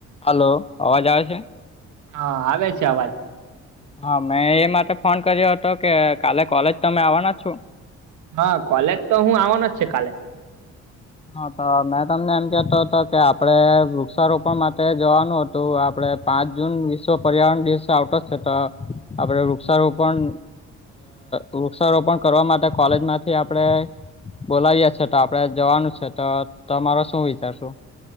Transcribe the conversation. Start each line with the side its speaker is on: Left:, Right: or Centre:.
Left: Hello, અવાજ આવે છે?
Right: હા, આવે છે અવાજ.
Left: હા મેં એ માટે ફોન કર્યો હતો કે કાલે કોલેજ તમે આવવાના છો,
Right: હા કોલેજ તો હું આવવાનો જ છે કાલે,
Left: હા તો મેં તમને એમ કેતો હતો કે આપડે વૃક્ષારોપણ માટે જવાનું હતું ત આપડે પાંચ જૂન વિશ્વ પર્યાવરણ દિવસ આવતો જ છે તો, આપડે વૃક્ષારોપણ, અ વૃક્ષારોપણ કરવા માટે કોલેજ માંથી આપણે, બોલાવીએ છે તો આપડે જવાનું છે તો તમારો શું વિચારશું,